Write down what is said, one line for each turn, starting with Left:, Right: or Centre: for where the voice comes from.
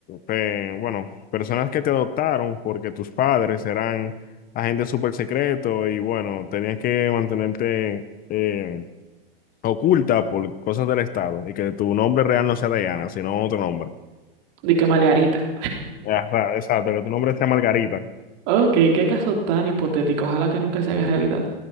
Left: pe- bueno, personas que te adoptaron porque tus padres eran agentes súper secretos y bueno, tenías que mantenerte eh, oculta por cosas del Estado y que tu nombre real no sea Diana, sino otro nombre?
Right: De que Margarita.
Left: Ajá, exacto, que tu nombre sea Margarita.
Right: Ok, qué caso tan hipotético. Ojalá que nunca se haga realidad.